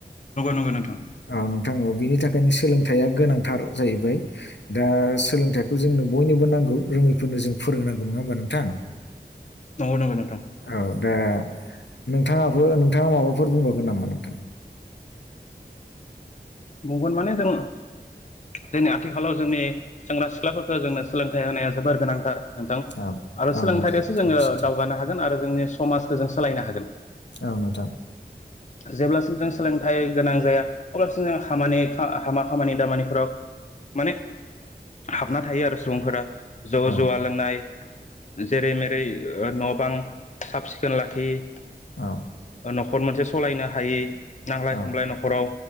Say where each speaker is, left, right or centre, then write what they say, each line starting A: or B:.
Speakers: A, on the left; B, on the left.
A: नंगौ नोंथां
B: औ नोंथा औ बेनि थाखायनो सोलोंथाइया गोनांथार जाहैबाय दा सोलोंथाइखौ जोंनो बयनोबो नांगौ रोङै फोरनो जों फोरोंनांगौ नङा होमबा नोंथां
A: नंगौ नंगौ नोंथां
B: औ दा नोंथाङाबो नोंथाङा माबा फोर बुंबावगोन नामा नोंथा
A: बुंगोन माने जों जोंनि आथिखालाव जोंनि सेंग्रा सिख्लाफोरखौ जोंनो सोलोंथाइ होनाया जोबोर गोनांथार नोंथां
B: औ
A: आरो
B: औ
A: सोलोंथाइजोंसो
B: नोंथां थारैनो
A: जोङो
B: सैथो
A: दावगानो हागोन आरो जोंनि समाजखौ जों सोलायनो हागोन
B: औ नोंथा
A: जेब्लासिम जों सोलोंथाइ गोनां जाया अब्लासिम जों खामानि हामा खामानि दामानिफोराव माने हाबना थायो आरो सुबुंफोरा जौ
B: औ
A: जुवा लोंनाय जेरै मेरै न' बां साब सिखोन लाखियि।
B: औ।
A: न'खर मोनसे सलायनो हायै नांलाय
B: औ
A: खमलाय न'राव